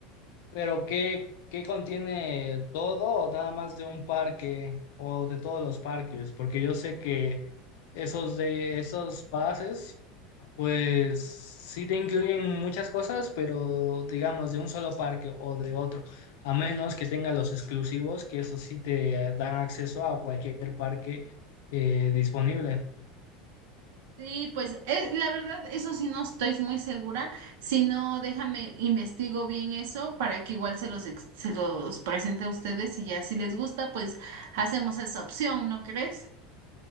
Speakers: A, on the left; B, on the right.
A: Pero ¿qué, qué contiene todo o nada más de un parque o de todos los parques? Porque yo sé que esos de esos pases, pues sí te incluyen muchas cosas, pero digamos de un solo parque o de otro, a menos que tenga los exclusivos, que eso sí te eh, dan acceso a cualquier parque eh, disponible.
B: Sí, pues eh, la verdad, eso sí no estoy muy segura. Si no, déjame investigo bien eso para que igual se los, ex- se los presente a ustedes y ya si les gusta, pues hacemos esa opción, ¿no crees?